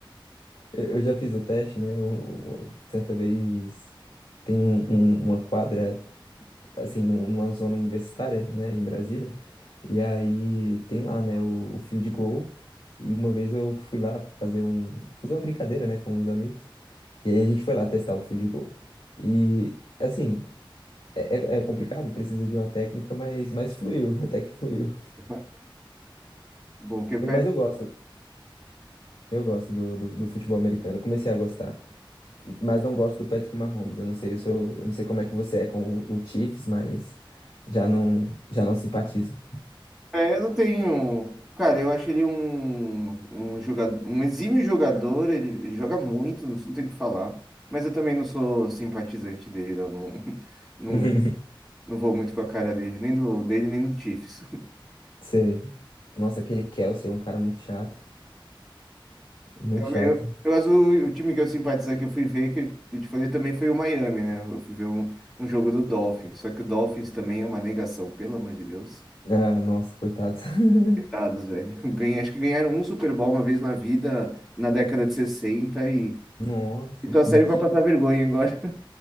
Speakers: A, on the left; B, in the centre.
A: Eu eu já fiz o teste, né? Eu, certa vez. tem um- um- uma quadra, assim, nu- numa zona universitária, né, em Brasília. E aí tem lá, né, o, o field goal. E uma vez eu fui lá fazer um, fazer uma brincadeira, né, com os amigos. E aí a gente foi lá testar o field goal. E, assim, é, é- é complicado, precisa de uma técnica, mas, mas fluiu, <laughs> até que fluiu.
B: <laughs> Bom, que eu
A: Eu- mas eu gosto, eu gosto do, do, do futebol americano. Comecei a gostar. Mas não gosto do Patrick Mahomes. Eu não sei o seu, eu não sei como é que você é com o Chiefs, mas já não, já não simpatizo.
B: É, eu não tenho. Cara, eu acho ele um, um, jogador, um exímio jogador, ele, ele joga muito, não não tem o que falar. Mas eu também não sou simpatizante dele, eu não, <laughs> não,
A: <laughs>
B: não vou muito com a cara dele, nem do dele, nem do Chiefs. <laughs>
A: Sei. Nossa, aquele Kelsey é um cara muito chato, muito
B: Eu,
A: chato.
B: eu, eu, mas o, o time que eu simpatizei que eu fui ver, que eu, que eu te falei também, foi o Miami, né? Eu fui ver um, um jogo do Dolphins. Só que o Dolphins também é uma negação, pelo amor de Deus.
A: Ah, nossa, coitado. <laughs>
B: Coitados, velho. <laughs> Ganhei, acho que ganharam um Super Bowl uma vez na vida, na década de 60 e
A: Nossa,
B: Então
A: que,
B: serve
A: que-
B: vai passar vergonha agora. <laughs>